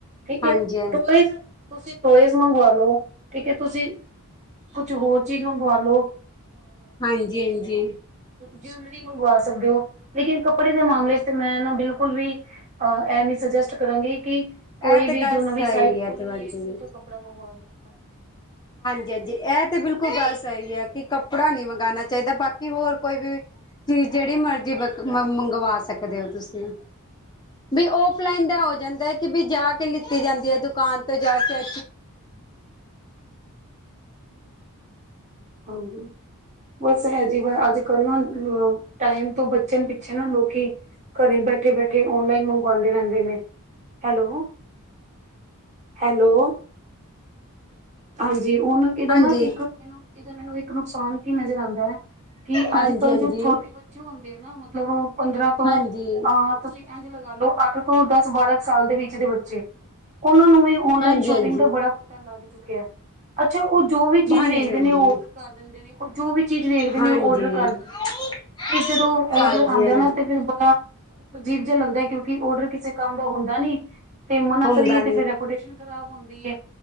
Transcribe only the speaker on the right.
ਠੀਕ
ਹੈ ਟੋਏਜ਼ ਤੁਸੀਂ ਟੋਏਜ਼ ਮੰਗਵਾ ਲੋ। ਠੀਕ ਹੈ, ਤੁਸੀਂ ਕੁਛ, ਹੋਰ ਚੀਜ਼ ਮੰਗਵਾ ਲੋ।
ਜੁਲਰੀ ਮੰਗਵਾ ਸਕਦੇ ਹੋ ਲੇਕਿਨ ਕੱਪੜੇ ਦੇ ਮਾਮਲੇ ਚ ਤੇ ਮੈਂ ਨਾ ਬਿਲਕੁਲ ਵੀ। ਅ ਐਵੇ ਹੀ ਸੁਜੈਸਟ ਕਰਾਂਗੀ ਕਿ।
ਕੋਈ
ਵੀ
ਜੋ ਨਵੀ
ਸਾਈਟ ਖੁਲ
ਰਹੀ ਹੈ ਉਥੋਂ ਕੱਪੜਾ ਮੰਗਵਾ ਲੋ।
ਹਜੀ ਬਸ ਹੈ ਜੀ ਅੱਜ ਕੱਲ੍ਹ ਨਾ ਅ ਟਾਈਮ ਤੋਂ ਬਚਣ ਪਿੱਛੇ ਨਾ ਲੋਕੀ। ਘਰੇ ਬੈਠੇ ਬੈਠੇ ਓਨਲਾਈਨ ਮੰਗਵਾਂਦੇ ਰਹਿੰਦੇ ਨੇ ਹੈਲੋ। ਹੈਲੋ ਹਾਂਜੀ ਉਹਨਾਂ ਇਹਦਾ
ਨਾ ਇੱਕ ਮੈਨੂੰ ਇਹਦਾ ਮੈਨੂੰ ਇੱਕ ਨੁਕਸਾਨ ਕੀ ਨਜ਼ਰ ਆਉਂਦਾ ਹੈ। ਕਿ
ਅੱਜ ਕੱਲ੍ਹ
ਜੋ ਛੋਟੇ ਬੱਚੇ ਹੁੰਦੇ ਆ ਨਾ ਮਤਲਬ ਉਹ ਪੰਦਰਾਂ ਤੋਂ।
ਅਹ ਤੁਸੀਂ ਇਝ ਲਗਾ ਲੋ ਅੱਠ ਤੋਂ ਦਸ ਬਾਰਾਂ ਸਾਲ ਦੇ ਵਿੱਚ। ਵਿਚ ਦੇ ਬੱਚੇ ਉਹਨਾਂ ਨੂੰ ਵੀ ਓਨਲਾਈਨ
ਸ਼ੋਪਿੰਗ
ਦਾ ਬੜਾ ਪਤਾ ਲੱਗ ਚੁੱਕਿਆ। ਅੱਛਾ ਉਹ ਜੋ ਵੀ ਚੀਜ਼
ਵੇਖਦੇ ਨੇ
ਉਹ ਓਡਰ ਕਰ ਦਿੰਦੇ ਨੇ ਉਹ ਜੋ ਵੀ ਚੀਜ਼ ਵੇਖਦੇ
ਨੇ ਉਹ ਓਡਰ ਕਰ ਦਿੰਦੇ
ਨੇ। ਫਿਰ ਜਦੋਂ
ਔਡਰ ਆਉਂਦਾ ਨਾ ਤੇ ਫਿਰ ਬੜਾ। ਅਜੀਬ ਜਿਹਾ ਲੱਗਦਾ ਕਿਉਂਕਿ ਔਡਰ ਕਿਸੇ ਕੰਮ ਦਾ ਹੁੰਦਾ ਨੀ। ਤੇ ਮਨਾ
ਕਰੀਏ ਤੇ ਫਿਰ ਰੈਪੂਟੇਸ਼ਨ ਖ਼ਰਾਬ ਹੁੰਦੀ ਹੈ।